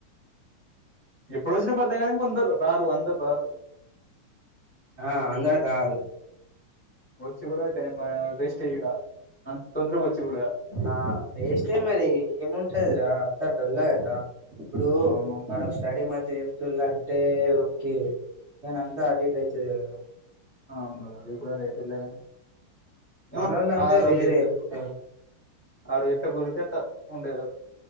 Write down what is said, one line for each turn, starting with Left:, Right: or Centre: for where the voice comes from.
Left: ఎప్పుడు వచ్చినా పర్లేగాని కొందరు రారు అందరు రారు
Right: ఆ అందర్ రారు
Left: వచ్చి కూడా టైమ్ పా వేస్ట్ ఈడ అంత తొందరగా వచ్చి కూడా
Right: ఆ వేస్టే మరి ఏం ఉంటదిరా అంత డొల్ల కదా ఇప్పుడు
Left: అవును
Right: మనకు స్టడీ మంచి చెప్తులంటే ఓకే కని అంత అటు ఇటు అయితది కదా
Left: ఆ అవును లే అది కూడా రైటె లే గాని ఎమో
Right: మనోళ్ళంతా
Left: ఆరోజు
Right: వేరే
Left: ఎట్
Right: మొత్తం
Left: అరు ఎట్ట గుడితే అట్ట ఉండే